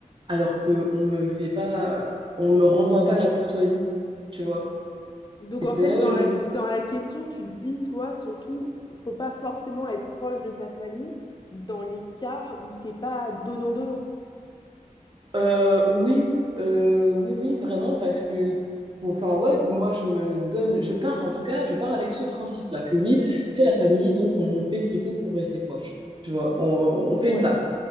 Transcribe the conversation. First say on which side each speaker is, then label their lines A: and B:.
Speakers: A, on the right; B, on the left.
A: Alors que on me fait pas, on me renvoie pas la courtoisie, tu vois.
B: Donc
A: Et c'est
B: en fait,
A: là
B: dans
A: où je,
B: la, dans la question, tu te dis, toi, surtout, faut pas forcément être proche de sa famille dans les cas où c'est pas donnant-donnant.
A: Euh, oui, euh, oui, oui, vraiment, parce que, bon, enfin, ouais, moi, je me donne, je pars, en tout cas, je pars avec ce principe-là, que oui, c'est la famille, donc on fait ce qu'il faut pour rester proche, tu vois, on, on fait
B: Ouais.
A: le taf.